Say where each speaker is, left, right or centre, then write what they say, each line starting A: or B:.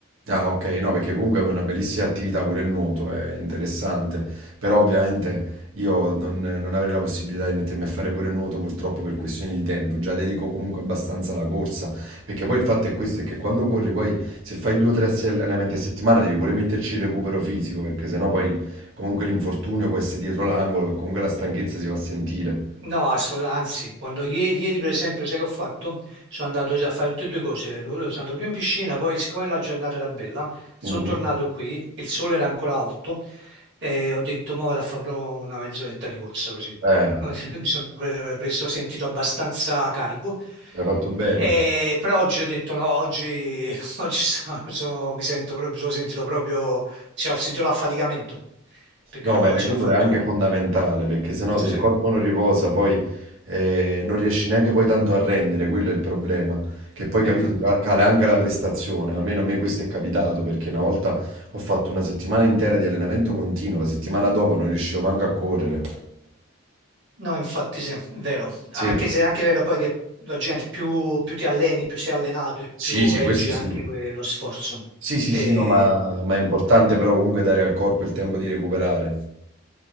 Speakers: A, on the right (about 75°); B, on the right (about 55°).
A: Ah, ok, no, perché comunque è una bellissima attività pure il nuoto, è interessante, però ovviamente io non, non avrei la possibilità di mettermi a fare pure nuoto purtroppo per questioni di tempo, già dedico comunque abbastanza alla corsa, perché poi il fatto è questo, è che quando corri poi se fai due o tre allenamenti a settimana devi pure metterci il recupero fisico, perché sennò poi comunque l'infortunio può essere dietro l'angolo e comunque la stanchezza si va a sentire.
B: No, assolutamente, anzi, quando ieri, ieri, per esempio, sai che ho fatto? Sono andato già a fare tutte e due cose, sono andato prima in piscina, poi siccome la giornata era bella, sono
A: Mm.
B: tornato qui, il sole era ancora alto e ho detto, mo vado a fare proprio una mezz'oretta di corsa così.
A: Eh,
B: <laughs> Mi sono pre- preso, sentito abbastanza carico,
A: hai fatto bene.
B: E- però oggi ho detto no, oggi, <laughs> oggi sono- sono- mi sento proprio, mi sono sentito proprio, cioè, ho sentito l'affaticamento, perché
A: No,
B: ho,
A: ma il recupero
B: cioè, ho fatto,
A: è anche fondamentale perché sennò se
B: sì,
A: il corpo
B: e
A: non riposa poi eh, non riesci neanche poi tanto a rendere, quello è il problema, che poi capito
B: infatti.
A: ca- cala anche la prestazione, almeno a me questo è capitato perché una volta ho fatto una settimana intera di allenamento continuo, la settimana dopo non riuscivo manco a correre.
B: No, infatti sì, è vero.
A: Sì.
B: Anche se è anche vero poi che la gente più, più ti alleni, più sei allenato e
A: Sì,
B: più
A: sì,
B: reggi
A: questo sì.
B: anche que- lo sforzo.
A: Sì, sì,
B: E-
A: sì, no, ma, ma è importante però comunque dare al corpo il tempo di recuperare.